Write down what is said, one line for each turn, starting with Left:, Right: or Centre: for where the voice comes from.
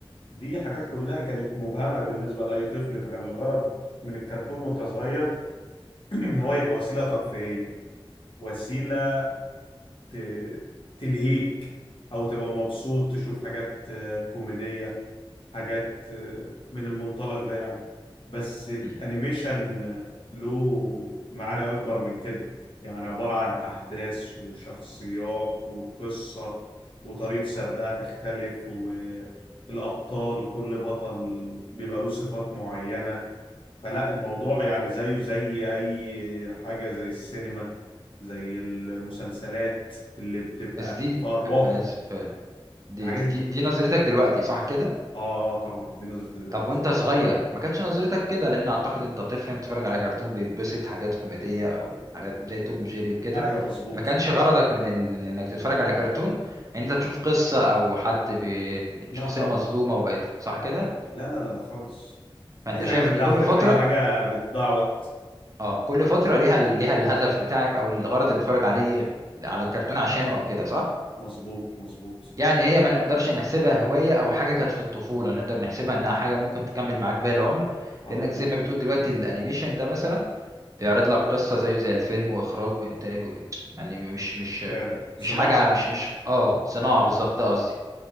Left: دي حاجات كلها كانت مبهمة بالنسبة لأي طفل فكان الغرض من الكرتون وانت صغير <clears throat> ان هو يبقى وسيلة ترفيهية وسيلة ت- تلهيك او تبقى مبسوط تشوف حاجات آه، كوميدية حاجات آه، من المنطلق ده يعني بس الانيميشن
Right: مم.
Left: آه، له معاني اكبر من كده يعني عبارة عن احداث وشخصيات وقصة وطريقة سردها تختلف والابطال كل بطل بيبقى له صفات معينة فلا الموضوع يعني زيه زي اي حاجة زي السينما زي المسلسلات اللي بتبقى
Right: بس دي
Left: في الواقع
Right: انا اسف آه، دي
Left: الحاجات
Right: دي
Left: الت-
Right: دي, دي نظرتك دلوقتي صح كده
Left: اه آه، طبعا دي نظرتي دلوقتي
Right: طب وانت صغير ما كانتش نظرتك كده لان اعتقد انت طفل انت بتتفرج على كرتون بيتبسط حاجات كوميديه او حاجات زي توم جيري وكده
Left: ايوه مظبوط
Right: ما كانش غرضك من, ال... من انك تتفرج على كرتون ان انت تشوف قصه او حد ب... ب-
Left: لا
Right: شخصيه
Left: طبعا
Right: مظلومه وبقت صح كده
Left: لا لا لا لا خالص
Right: فانت
Left: اي
Right: شايف
Left: حاجه بتضحك
Right: ان كل فتره
Left: اي حاجه بتضيع وقت
Right: اه كل فتره ليها ال- ليها الهدف بتاعك او الغرض اللي بتتفرج عليه على الكرتون عشانه او كده صح
Left: مظبوط مظبوط
Right: يعني هي ما نقدرش نحسبها هوايه او حاجه كانت في الطفوله نقدر نحسبها انها حاجه ممكن تكمل معاك باقي العمر
Left: على
Right: لانك
Left: طول
Right: زي ما بتقول دلوقتي الانيميشن ده مثلا بيعرض لك قصة زيه زي الفيلم وإخراجه وإنتاجه يعني مش مش
Left: فعلا صناعه
Right: مش حاجة مش مش اه صناعة بالظبط ده قصدي